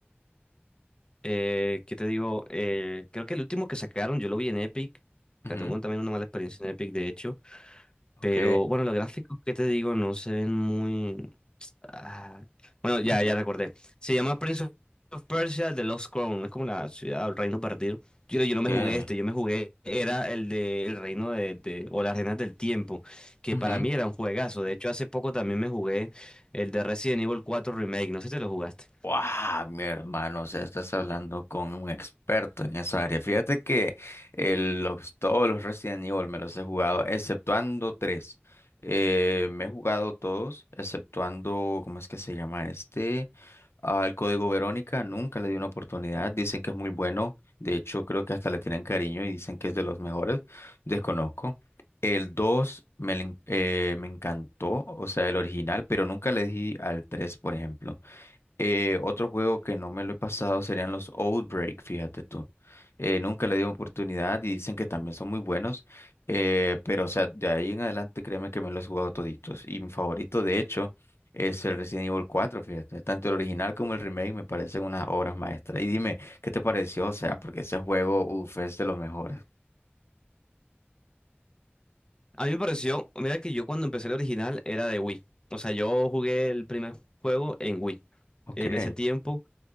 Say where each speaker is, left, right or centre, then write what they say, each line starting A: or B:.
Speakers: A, on the left; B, on the left.
A: Eh, ¿qué te digo? Eh, creo que el último que sacaron, yo lo vi en Epic. Que
B: Ujú,
A: tengo también una mala experiencia en Epic, de hecho.
B: Ok.
A: Pero bueno, los gráficos, ¿qué te digo? No se ven muy. ah, Bueno, ya,
B: Ujú.
A: ya recordé. Se llama Prince of Persia The Lost Crown. Es como la ciudad o el reino perdido. Yo, yo no me
B: Okay.
A: jugué este, yo me jugué. Era el de el reino de, de- o las arenas del tiempo. Que
B: Ujú.
A: para mí era un juegazo. De hecho, hace poco también me jugué el de Resident Evil cuatro Remake. No sé si te lo jugaste.
B: Wow, mi hermano, o sea, estás hablando con un experto en esa área. Fíjate que el- los- todos los Resident Evil me los he jugado, exceptuando tres. Eh, me he jugado todos, exceptuando, ¿cómo es que se llama este? Al Código Verónica, nunca le di una oportunidad. Dicen que es muy bueno. De hecho, creo que hasta le tienen cariño y dicen que es de los mejores. Desconozco. El 2, me, le en- eh, me encantó, o sea, el original, pero nunca le di al 3, por ejemplo. Eh, otro juego que no me lo he pasado serían los Outbreak, fíjate tú. Eh, nunca le di oportunidad y dicen que también son muy buenos, eh, pero o sea, de ahí en adelante créeme que me los he jugado toditos. Y mi favorito, de hecho, es el Resident Evil cuatro fíjate. Tanto el original como el remake me parecen unas obras maestras. Y dime, ¿qué te pareció? O sea, porque ese juego, uff, es de los mejores.
A: A mí me pareció, mira que yo cuando empecé el original era de Wii. O sea, yo jugué el primer juego en Wii
B: Ok.
A: en ese tiempo